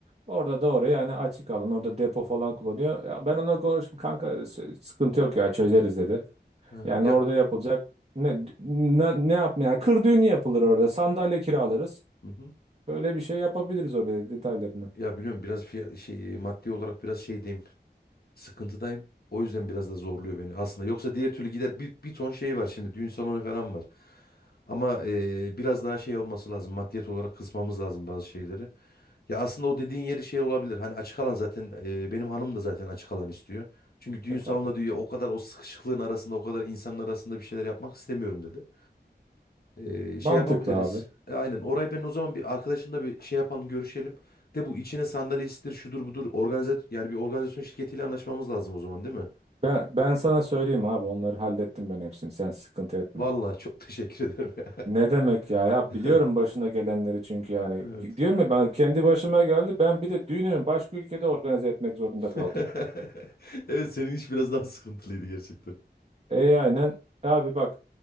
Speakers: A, on the right (about 40°); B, on the left (about 60°).
A: Orada da oraya yani açık alan orada depo falan kullanıyor. Ya ben onunla konuştum kanka s- sıkıntı yok ya çözeriz dedi.
B: Ha,
A: Yani
B: Ya
A: orada yapılacak ne ne, ne yapmaya yani kır düğünü yapılır orada sandalye kiralarız.
B: hı hı.
A: Böyle bir şey yapabiliriz oraya detaylarını.
B: Ya biliyorum biraz fiyat, şey maddi olarak biraz şey Sıkıntıdayım. O yüzden biraz da zorluyor beni aslında. Yoksa diğer türlü gider bir, bir ton şey var şimdi. Düğün salonu falan var. Ama e, biraz daha şey olması lazım. Maddiyet olarak kısmamız lazım bazı şeyleri. Ya aslında o dediğin yeri şey olabilir. Hani açık alan zaten e, benim hanım da zaten açık alan istiyor. Çünkü düğün
A: E
B: salonunda
A: tamam.
B: diyor o kadar o sıkışıklığın arasında o kadar insanın arasında bir şeyler yapmak istemiyorum dedi. E, şey
A: Mantıklı
B: yapabiliriz.
A: abi.
B: E, aynen orayı ben o zaman bir arkadaşımla bir şey yapalım görüşelim. De bu içine sandalyesidir şudur budur organize yani bir organizasyon şirketiyle anlaşmamız lazım o zaman değil mi?
A: Ben, ben sana söyleyeyim abi onları hallettim ben hepsini sen sıkıntı etme.
B: Vallahi çok teşekkür ederim ya.
A: Ne demek ya? Ya
B: <laughs>
A: biliyorum başına gelenleri çünkü yani.
B: Evet.
A: Diyorum ya ben kendi başıma geldi. Ben bir de düğünümü başka ülkede organize etmek zorunda
B: <laughs>
A: kaldım.
B: Evet senin iş biraz daha sıkıntılıydı gerçekten.
A: E aynen. Abi bak